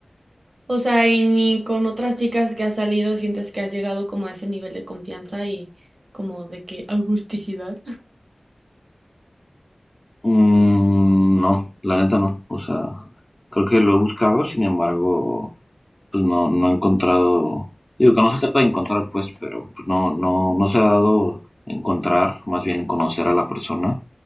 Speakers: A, on the right; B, on the left.
A: O sea, y ni con otras chicas que has salido sientes que has llegado como a ese nivel de confianza y como de que augusticidad.
B: Mm, no, la neta no. O sea, creo que lo he buscado, sin embargo, pues no, no he encontrado. Digo que no se trata de encontrar, pues, pero pues, no, no, no se ha dado encontrar, más bien conocer a la persona